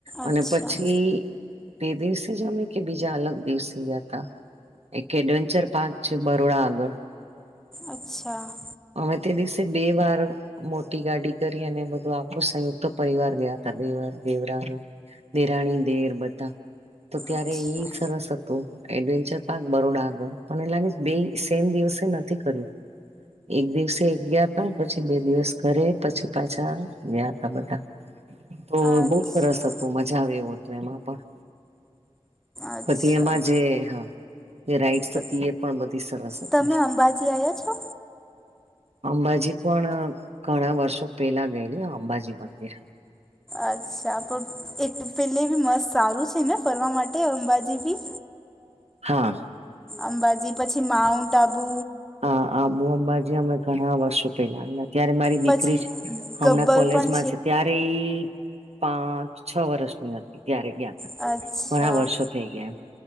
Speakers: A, on the right; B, in the centre.
A: અને
B: અચ્છા
A: પછી બે દિવસે જમે કે બીજા અલગ દિવસે ગયા હતા એક એડવેન્ચર પાર્ક છે બરોડા આગળ.
B: અચ્છા.
A: અમે તે દિવસે બે વાર મોટી ગાડી કરી અને બધું આખો સંયુક્ત પરિવાર ગયા હતા દેવરા નિિરાણી દેર બધા તો ત્યારે
B: અચ્છા
A: એઈ સરસ હતું એડવેન્ચર પાર્ક બરોડા આગળ, મને એ લાગે, બે સેમ દિવસે નથી કર્યું. એક દિવસે એક ગયા તા, પછી બે દિવસ ઘરે પછી પાછા ગયા તા બધા. તો
B: અચ્છા
A: બહ સરસ હતું મજા આવે એવું હતું એમાં પણ
B: અચ્છા
A: બધી એમાં જે હ રાઈટસ
B: તો
A: હતી એ પણ બધી સરસ હતી
B: તમે અંબાજી આવ્યા છો
A: અંબાજી પણ ઘણા વર્ષો પેલા ગયેલી અંબાજી મંદિર
B: અચ્છા, પણ એ પેલે બી મસ્ત સારું છે ને ફરવા માટે, અંબાજી બી.
A: હા.
B: અંબાજી, પછી માઉન્ટ આબુ.
A: હા, આબુ અંબાજી અમે ઘણા વર્ષો પેલા ગયેલા. ત્યારે મારી
B: પછી
A: દીકરી
B: ગબ્બર
A: હમણાં કોલેજમાં
B: પણ
A: છે, ત્યારે એ પાંચ-છ વર્ષની હતી, ત્યારે ગયા હતા.
B: અચ્છા
A: ઘણા વર્ષો થઇ ગયા,